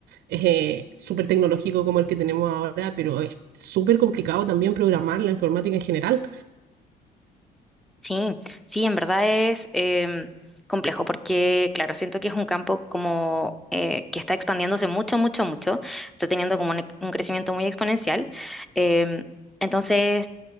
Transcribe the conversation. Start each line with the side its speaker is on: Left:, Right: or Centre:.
Right: eh, súper tecnológico como el que tenemos ahora, pero es súper complicado también programar la informática en general.
Centre: Sí, sí, en verdad es em, complejo porque, claro, siento que es un campo como eh, que está expandiéndose mucho, mucho, mucho, está teniendo como un, un crecimiento muy exponencial. Em, entonces,